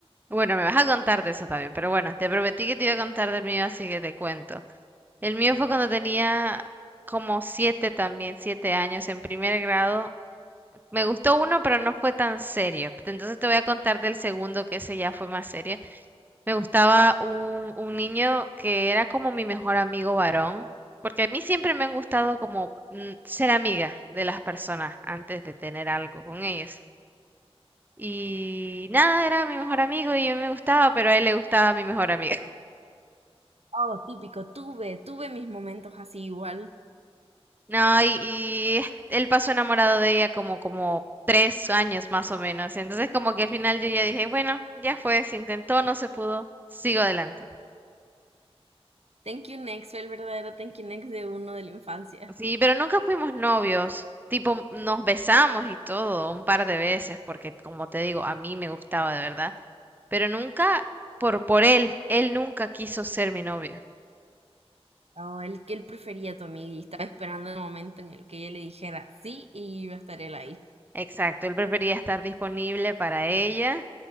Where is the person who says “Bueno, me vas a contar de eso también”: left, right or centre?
Right